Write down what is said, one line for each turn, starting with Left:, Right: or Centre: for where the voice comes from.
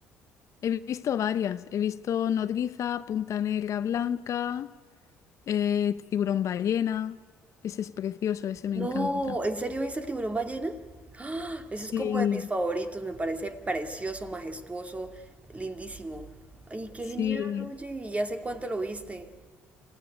Left: He visto varias. He visto nodriza, punta negra blanca, eh, tiburón ballena. Ese es precioso, ese me
Right: No,
Left: encanta.
Right: ¿en serio ves el tiburón ballena? ¡Ah! Eso
Left: Sí,
Right: es como de mis favoritos, me parece precioso, majestuoso, lindísimo. Ay, qué
Left: Sí,
Right: genial, oye, ¿y hace cuánto lo viste?